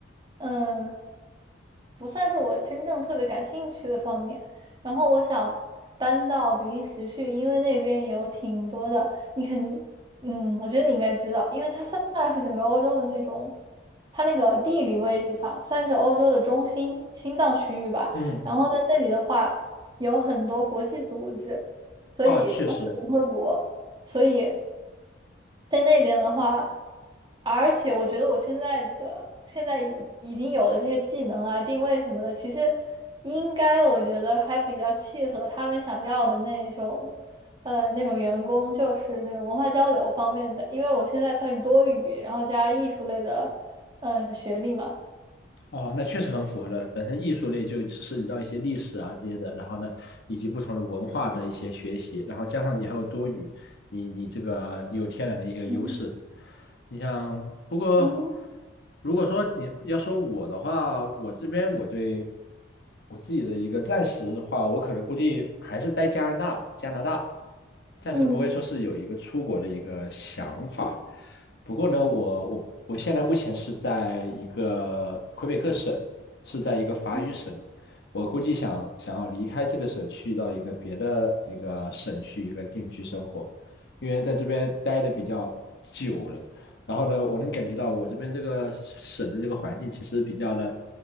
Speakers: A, on the right; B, on the left.
A: 嗯，不算是我真正特别感兴趣的方面。然后我想搬到比利时去，因为那边有挺多的，你肯定，嗯，我觉得你应该知道，因为它算是整个欧洲的那种，它那个地理位置上算是欧洲的中心心脏区域吧。
B: 嗯，
A: 然后在那里的话。有很多国际组织，所以包括联合国，
B: 哦，确实，
A: 所以在那边的话，而且我觉得我现在的现在已已经有的这些技能啊、定位什么的，其实应该我觉得还比较契合他们想要的那种，呃，那种员工，就是那种文化交流方面的，因为我现在算是多语，然后加艺术类的，嗯、学历嘛。
B: 哦，那确实很符合的。本身艺术类就涉及到一些历史啊这些的，然后呢，以及不同的文化的一些学习，然后加上你还有多语，你你这个你有天然的一个优势。
A: 嗯
B: 你像，不过
A: 嗯
B: 如果说你要说我的话，我这边我对我自己的一个暂时的话，我可能估计还是待加拿大，加拿大，暂时不会说是有一个出国的一个想法。
A: 嗯
B: 不过呢，我我我现在目前是在一个魁北克省，是在一个法语省。
A: 嗯，
B: 我估计想想要离开这个省，去到一个别的这个省去一个定居生活，因为在这边待的比较久了。然后呢，我能感觉到我这边这个省的这个环境其实比较的，